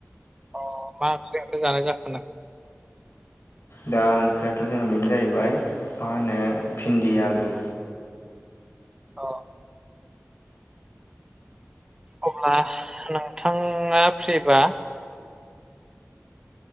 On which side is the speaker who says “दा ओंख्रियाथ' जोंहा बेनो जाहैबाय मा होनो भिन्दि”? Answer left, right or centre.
Left